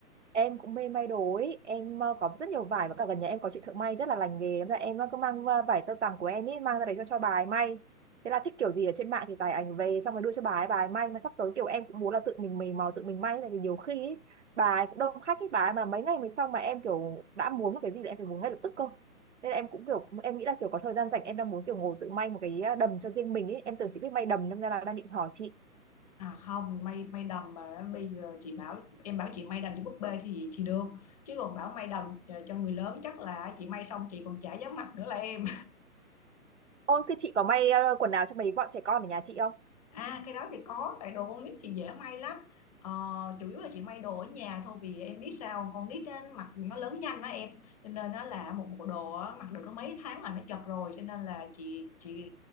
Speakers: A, on the right (about 50°); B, on the left (about 25°).
A: em cũng mê may đồ ấy em ờ, có rất nhiều vải và cả gần nhà em có chị thợ may rất là lành nghề Thế là em ờ, cứ mang ờ, vải tơ tằm của em ấy mang ra đấy cho cho bà ấy may thế là thích kiểu gì ở trên mạng thì tải ảnh về xong rồi đưa cho bà ấy bà ấy may mà sắp tới kiểu em cũng muốn là tự mình mày mò tự mình may tại vì nhiều khi ấy, bà ấy cũng đông khách ấy bà ấy mà mấy ngày mới xong mà em kiểu đã muốn một cái gì là em phải muốn ngay lập tức cơ nên là em cũng kiểu em nghĩ là kiểu có thời gian rảnh em đang muốn kiểu ngồi tự may một cái ờ, đầm cho riêng mình ấy em tưởng chị biết may đầm nên ra là đang định hỏi chị
B: à không may may đầm mà bây giờ chị bảo em bảo chị may đầm cho búp bê thì thì được chứ còn bảo may đầm cho cho người lớn chắc là chị may xong chị còn chả dám mặc nữa là em
A: Ôi, thế chị có may ờ, quần áo cho mấy bọn trẻ con ở nhà chị không
B: À cái đó thì có tại đồ con nít thì dễ may lắm ờ, chủ yếu là chị may đồ ở nhà thôi vì em biết sao con nít á, mặc nó lớn nhanh đó em cho nên nó là một bộ đồ á, mặc được có mấy tháng là nó chật rồi cho nên là chị chị